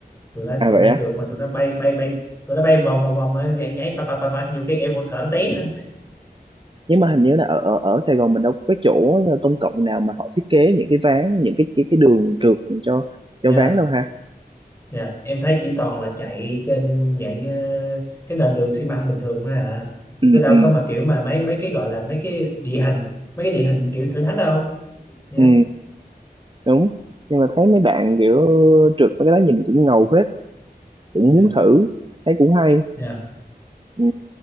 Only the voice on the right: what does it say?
à
vậy á
nhưng mà hình như là ở ở, ở Sài Gòn mình đâu có cái chỗ ờ, công cộng nào mà họ thiết kế những cái ván những cái cái cái đường trượt cho
cho
ván đâu ha
ừ
ừ
ừ đúng nhưng mà thấy mấy bạn kiểu trượt với cái đó nhìn cũng ngầu phết cũng
muốn thử thấy cũng hay
Ừ.